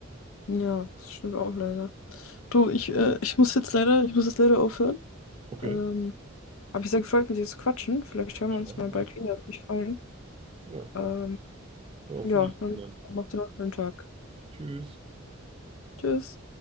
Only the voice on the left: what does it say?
Ja, das stimmt auch leider. Du, ich, äh, ich muss jetzt leider, ich muss jetzt leider aufhören.
Ähm, aber ich sehr gefreut, mit dir zu quatschen. Vielleicht hören
wir uns
mal
bald wieder. Hat mich gefallen.
Ähm,
ja,
dann
macht ihr noch einen schönen Tag.
Tschüss.